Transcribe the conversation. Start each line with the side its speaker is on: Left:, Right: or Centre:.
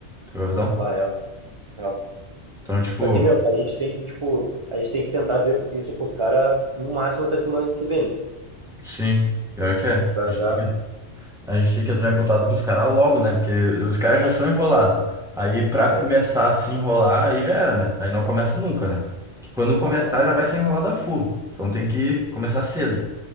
Centre: Pegou a visão?
Right: Bah, real, real.
Centre: Então, tipo,
Right: Só que, meu, a gente tem que, tipo, a gente tem que tentar ver isso pros caras no máximo até semana que vem, né?
Centre: sim. Pior que é.
Right: Pra
Centre: A gente
Right: já,
Centre: tem que, a gente tem que entrar em contato com os caras logo, né? Porque os caras já são enrolados. Aí, pra
Right: bah,
Centre: começar
Right: real.
Centre: a se enrolar, aí já era, né? Aí não começa nunca, né? Que quando começar,
Right: Bah, tá complicado.
Centre: já vai ser enrolado a full. Então tem que começar cedo.